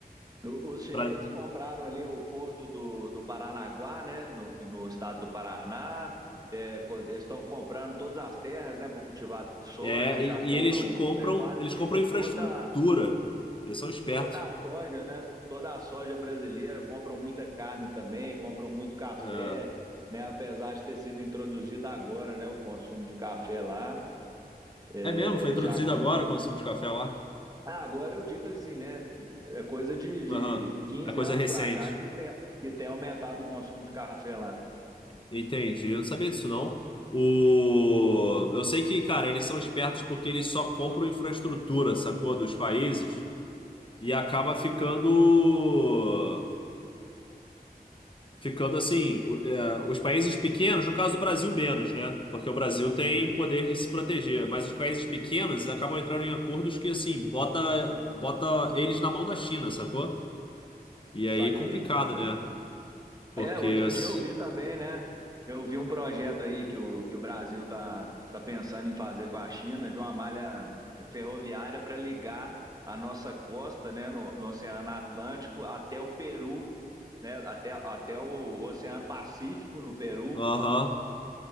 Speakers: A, on the right; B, on the left.
A: O- Os chineses
B: Pra-
A: compraram ali o porto do, do Paranaguá, né, no, no estado do Paraná. É, co- eles estão comprando todas as terras, né, para cultivar soja.
B: é,
A: Eles
B: e,
A: já compram
B: e eles compram,
A: é, quase
B: eles
A: que,
B: compram
A: que
B: infraestrutura.
A: toda,
B: Eles são espertos.
A: toda a soja, né, toda a soja brasileira. Compram muita carne também, compram muito café,
B: É,
A: né, apesar de ter sido introduzido agora, né, o consumo de café lá.
B: É mesmo,
A: É,
B: foi
A: eles
B: introduzido
A: já compram
B: agora o consumo de café lá.
A: Ah, agora eu digo assim, né? É coisa de, de
B: Aham.
A: 15
B: É coisa
A: anos
B: é recente.
A: para cá que tem, que tem aumentado o consumo de café lá.
B: Entendi. Eu não sabia disso, não. O... Eu sei que, cara, eles são espertos porque eles só compram infraestrutura, sacou? Dos países. E acaba ficando. Ficando assim. o- é, Os países pequenos, no caso do Brasil, menos, né? Porque o Brasil tem poder de se proteger. Mas os países pequenos acabam entrando em acordos que, assim, bota, bota eles na mão da China, sacou? E aí
A: Saquei,
B: é complicado,
A: saquei.
B: né? Porque.
A: É, outro
B: assim,
A: dia eu vi também, né? Eu vi um projeto aí que o, que o Brasil tá, tá pensando em fazer com a China, de uma malha ferroviária para ligar a nossa costa, né, no, no Oceano Atlântico até o Peru, né, até, até o Oceano Pacífico no Peru.
B: Aham.